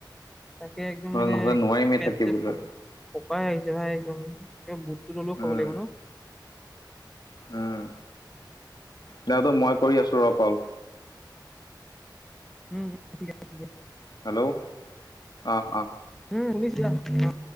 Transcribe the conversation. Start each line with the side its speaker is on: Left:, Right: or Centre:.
Centre: তাকে একদম মানে
Left: নহ'লে নোৱাৰিমেই
Centre: পেট
Left: থাকিবলৈ
Centre: চেট পকাই আহিছে ভাই একদম বুটটো তলেও খাব
Left: উম
Centre: লাগিব ন।
Left: উম দে তো মই কৰি আছো ৰ কল।
Centre: উম, উম ঠিক আছে দিয়া।
Left: হেল্ল' অ', অ'।
Centre: উম শুনিছ <unintelligible>